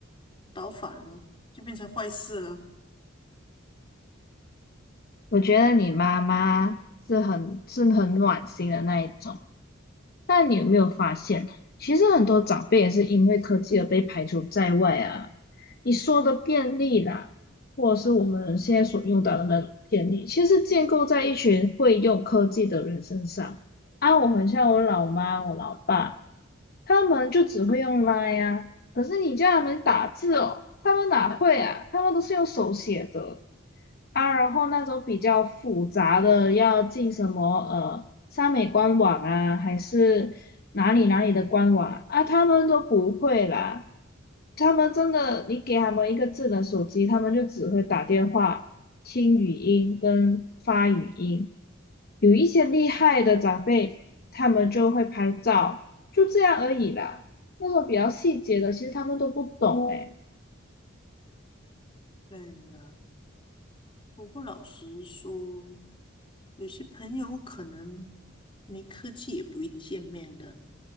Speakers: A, on the left (about 25°); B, on the left (about 50°).
A: 倒反了，就变成坏事了。
B: 我觉得你妈妈是很是很暖心的那一种。但你有没有发现，其实很多长辈也是因为科技而被排除在外啊？你说的便利啦，或者是我们现在所用到的那种便利，其实建构在一群会用科技的人身上。啊，我很像我老妈、我老爸，他们就只会用 l 呀，可是你叫他们打字哦，他们哪会啊？他们都是用手写的。啊，然后那种比较复杂的，要进什么呃三美官网啊，还是哪里哪里的官网啊，啊他们都不会啦。他们真的，你给他们一个智能手机，他们就只会打电话、听语音跟发语音。有一些厉害的长辈，他们就会拍照，就这样而已啦。那种比较细节的，其实他们都不懂诶。
A: 对了，不过老实说，有些朋友可能没科技也不会见面的。